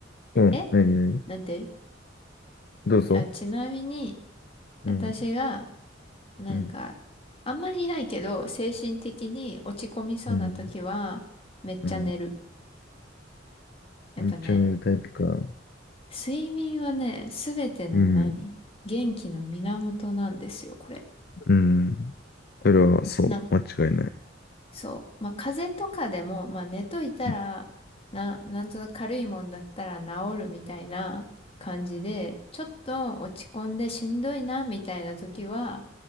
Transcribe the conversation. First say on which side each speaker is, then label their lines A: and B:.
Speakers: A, on the left; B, on the left.
A: うん。
B: え
A: なになに
B: なんて
A: どうぞ。
B: あ、ちなみに、
A: うん。
B: 私が、なんか、
A: うん。
B: あんまりないけど、精神的に落ち込みそうな時は、
A: うん。
B: めっちゃ寝る。
A: うん。
B: やっぱね、
A: チャンネルタイプか。
B: 睡眠はね、すべての何元気の源なんですよ、
A: うん。
B: これ。
A: うん。それは、そう、
B: なん
A: 間違いない。
B: そう。まあ、風邪とかでも、まあ、寝といたら、
A: うん。
B: な、なんとなく軽いもんだったら治るみたいな感じで、ちょっと落ち込んでしんどいな、みたいな時は、